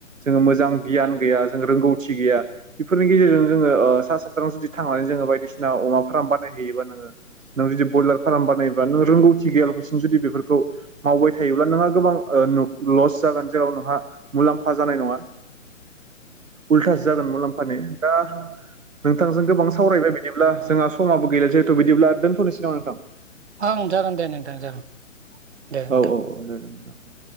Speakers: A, on the right; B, on the right.
A: जोङो मोजां गियान गैया जों रोंगौथि गैया बेफोरनि गेजेरजों जोङो ओ सा साज्रां जुदि थांनानै जोङो बायदिसिना अमा फार्म बानायहैयोबा नोङो नों जुदि ब्रयलार फार्म बानायोबा नों रोंगौथि गैयालाबासिम जुदि बेफोरखौ मावबाय थायोब्ला नोंहा गोबां ओ नु लस जागोन जेराव नोंहा मुलाम्फा जानाय नङा उल्थासो जागोन मुलाम्फानि दा नोंथांजों गोबां सावरायबाय बिदिब्ला जोंहा समाबो गैला जिहेथु बिदिब्ला दोनथ'नोसै नामा नोंथां?
B: ओं जागोन दे नोंथां जागोन। दे नोंथां
A: औ औ औ जागोन दे जागोन।